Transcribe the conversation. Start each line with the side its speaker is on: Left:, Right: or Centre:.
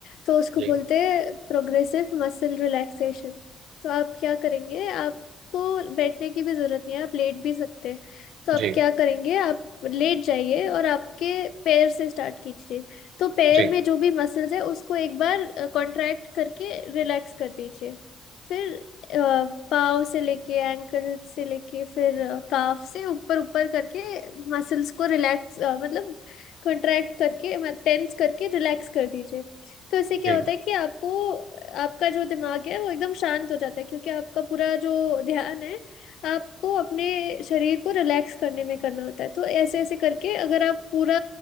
Left: तो उसको
Right: जी
Left: बोलते हैं प्रोग्रेसिव मसल रिलैक्सेशन तो आप क्या करेंगे आपको बैठने की भी जरूरत नहीं है आप लेट भी सकते हैं तो
Right: जी
Left: आप क्या करेंगे आप लेट जाइए और आपके पैर से स्टार्ट कीजिए तो पैर
Right: जी
Left: में जो भी मसल्स है उसको एक बार कॉन्ट्रैक्ट करके रिलैक्स कर दीजिए फिर अ, पाँव से लेके एंकल से लेके फिर काफ से ऊपर ऊपर करके मसल्स को रिलैक्स मतलब कंट्रैक्ट करके टेंस करके रिलैक्स कर दीजिए तो इससे क्या
Right: जी
Left: होता है कि आपको आपका जो दिमाग है वो एकदम शांत हो जाता है क्योंकि आपका पूरा जो ध्यान है आपको अपने शरीर को रिलैक्स करने में करना होता है तो ऐसे ऐसे करके अगर आप पूरा